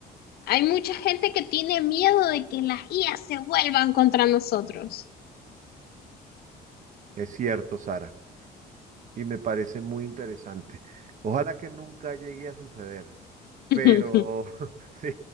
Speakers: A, on the left; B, on the right.
A: Hay mucha gente que tiene miedo de que las IAs se vuelvan contra nosotros.
B: Es cierto, Sara, y me parece muy interesante. Ojalá que nunca llegue a suceder,
A: <laughs>
B: pero <laughs> sí,